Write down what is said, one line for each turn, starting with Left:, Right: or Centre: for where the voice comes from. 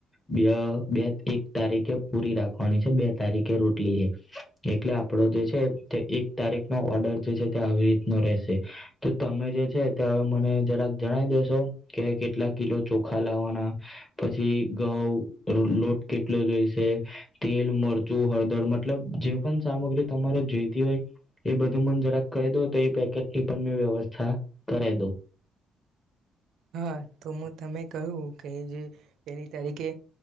Left: બે બે એક તારીખે પૂરી રાખવાની છે બે તારીખે રોટલી એ, એટલે આપણો જે છે તે એક તારીખનો ઓર્ડર જે છે તે આવી રીતનો રહેશે, તો તમે જે છે તે હવે મને જરાક જણાવ દેેશો કે કેટલા કિલો ચોખા લાવવાના, પછી ઘઉ લોટ કેટલો જોઈશે, તેલ મરચું હળદર મતલબ જે પણ સામગ્રી તમારે જોઈતી હોય એ બધું મને જરાક કહી દો તો એ પેકેટની પણ મેં વ્યવસ્થા કરાવ દઉં.
Right: હા તો હું તમે કહ્યું કે જે, પહેલી તારીખે